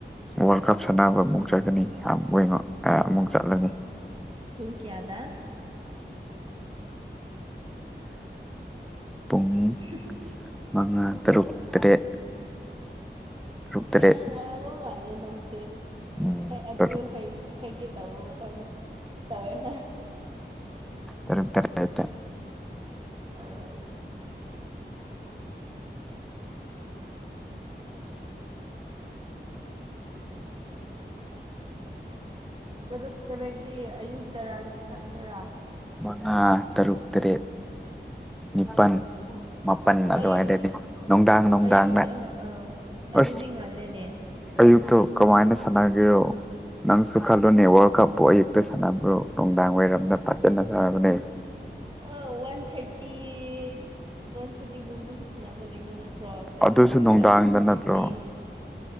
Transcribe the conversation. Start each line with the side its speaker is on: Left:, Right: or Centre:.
Centre: ꯋꯥꯜ ꯀꯞ ꯁꯥꯟꯅꯕ ꯑꯃꯨꯛ ꯆꯠꯀꯅꯤ ꯑꯥꯝ ꯒꯣꯏꯡ ꯑꯣꯟ ꯑ ꯑꯃꯨꯛ ꯆꯠꯂꯅꯤ
Right: ꯄꯨꯨꯡ ꯀꯌꯥꯗ
Centre: ꯄꯨꯡ
Right: ꯍꯨꯝ
Centre: ꯃꯉꯥ ꯇꯔꯨꯛ ꯇꯔꯦꯠ ꯇꯔꯨꯛ ꯇꯔꯦꯠ
Right: ꯌꯥꯝ ꯋꯥꯕ ꯃꯥꯜꯂꯦ ꯅꯪꯁꯦ
Centre: ꯎꯝ
Right: ꯍꯦꯛ ꯑꯗꯨ
Centre: ꯇꯔꯨꯛ
Right: ꯍꯩ ꯍꯥꯏꯒꯦ ꯇꯧꯕ ꯃꯇꯝꯗ ꯇꯧꯋꯦ ꯍꯣꯏ
Centre: ꯇꯔꯨꯛ ꯇꯔꯦꯠꯇ
Right: ꯑꯧ ꯇꯔꯨꯛ ꯇꯔꯦꯛꯗꯤ ꯑꯌꯨꯛꯇꯔꯥ ꯅꯨꯡꯗꯥꯡꯗꯔꯥ
Centre: ꯃꯉꯥ ꯇ ꯇ꯭ꯔꯨꯛ ꯇꯔꯦꯠ ꯅꯤꯄꯥꯟ ꯃꯥꯄꯟ ꯑꯗꯨꯋꯥꯏꯗꯗꯤ
Right: ꯑꯌꯨꯛ
Centre: ꯅꯨꯡꯗꯥꯡ ꯅꯨꯡꯗꯥꯡꯅ
Right: ꯑꯌꯨꯛꯇ ꯑꯥ ꯑꯗꯨꯗꯤ
Centre: ꯑꯁ
Right: ꯉꯜꯂꯦꯅꯦ
Centre: ꯑꯌꯨꯛꯇꯣ ꯀꯃꯥꯏꯅ ꯁꯥꯟꯅꯒꯦꯔꯣ ꯅꯪꯁꯨ ꯈꯜꯂꯨꯅꯦ ꯋꯥꯜ ꯀꯞꯄꯨ ꯑꯌꯨꯛꯇ ꯁꯥꯟꯅꯕ꯭ꯔꯣ ꯅꯨꯡꯗꯥꯡ ꯋꯥꯏꯔꯝꯗ ꯐꯖꯅ ꯁꯥꯟꯅꯕꯅꯦ
Right: ꯑ ꯋꯥꯟ ꯊ꯭ꯥꯔꯇꯤꯠ ꯋꯥꯟ ꯊꯥ꯭ꯔꯇꯤꯒꯨꯝꯕꯁꯨ ꯁꯥꯅꯕ ꯂꯩꯕ ꯅꯠ ꯇ꯭ꯔꯣ ꯁꯦꯕꯦꯟ
Centre: ꯑꯗꯨꯁꯨ
Right: ꯊꯥ꯭ꯔꯠ
Centre: ꯅꯨꯡꯗꯥꯡꯗ
Right: ꯑꯁ ꯁꯤꯛꯁ
Centre: ꯅꯠꯇ꯭ꯔꯣ
Right: ꯊꯥꯔꯇꯤ